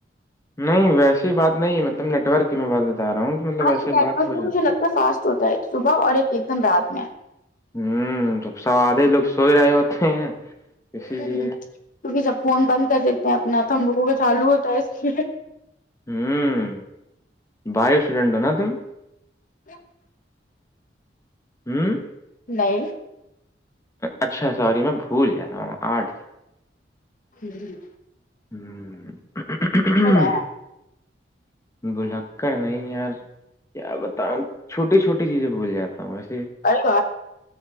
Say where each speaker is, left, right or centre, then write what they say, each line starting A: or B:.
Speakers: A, on the left (about 15°); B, on the left (about 50°).
A: نہیں ویسی بات نہیں مطلب نیٹ ورک کی میں بات بتا رہا ہوں کہ مطلب
B: آج
A: ایسے
B: نیٹورک
A: بات ہو
B: بھی
A: جاتی
B: مجھے لگتا ہے فاسٹ ہوتا ہے صبح اور ایک ایک دم رات میں
A: ہوں تو س آدے لوگ سوئ رہے ہوتے ہیں اسی
B: ہ
A: لیے
B: کیونکہ جب فون بند کر دیتے ہیں اپنے آپ تو ہم لوگوں کا چالو ہوتا ہے اس لیے
A: ہوں بائیو اسٹوڈنٹ ہو نا تم
B: <inaudible>
A: ہوں
B: نہیں
A: اچھا سوری میں بھول جاتا ہوں آٹھ سے
B: جی جی
A: ہ <unintelligible>
B: ہے
A: بلکر نہیں یار کیا بتاؤں چوٹی چھوٹی چیزیں بول جاتا ہوں وس
B: ارے